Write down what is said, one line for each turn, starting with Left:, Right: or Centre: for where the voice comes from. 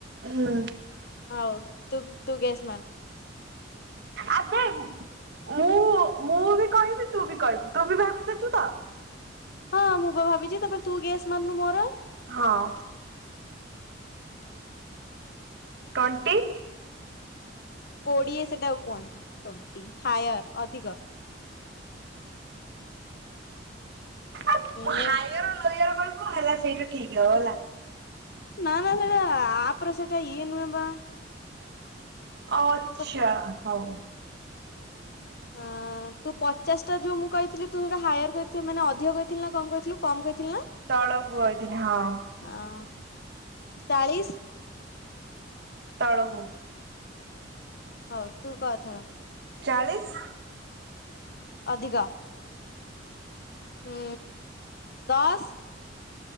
Right: ହୁଁ
Left: ହଉୁ ତ ତୁ ଗେସ୍ ମାର।
Right: ଆବେ ମୁଁ, ମୁଁ ବି କହିବି ତୁ ବି କହିବୁ, ତୁ ବି ଭାବିସାରଛୁ ତ?
Left: ହଁ ମୁଁ ବା ଭାବିଛି ତାପରେ ତୁ ଗେସ୍ ମାରୁନୁ ମୋର।
Right: ହଁ। ଟ୍ୱେଣ୍ଟି।
Left: କୋଡିଏ ସେଟା କୁହନ୍ତି, ଟ୍ବେଣ୍ଟି, ହାୟର ଅଧିକ।
Right: ଆ
Left: ମୁଁ
Right: ହାୟର ଲୋୟର କହିବୁ ହେଲା ସେଇଟା ଠିକ ହବ ହେଲା।
Left: ନା ନା ସେଟା ଆପର ସେଟା ଇଏ ନୁହଁ ବା।
Right: ଆଛା
Left: ତ
Right: ହଉ। ହ
Left: ଅଁ
Right: <inaudible>
Left: ତୁ ପଚାଶ ଟା ଯୋଉ ମୁଁ କହିଥିଲି ତୁ ସେଟା ହାୟର କହିଥିଲ ମାନେ ଅଧିକ କହିଥିଲୁ ନା କମ କହିଥିଲୁ କମ କହିଥିଲୁ ନା?
Right: ତଳକୁୁ କହିଥିଲି ହଁ।
Left: ହଁ ଚାଳିଶ।
Right: ତଳକୁ।
Left: ହଉ ତୁ କହ ଏଥର।
Right: ଚାଳିଶ।
Left: ଅଧିକ। ହଁ ଦଶ।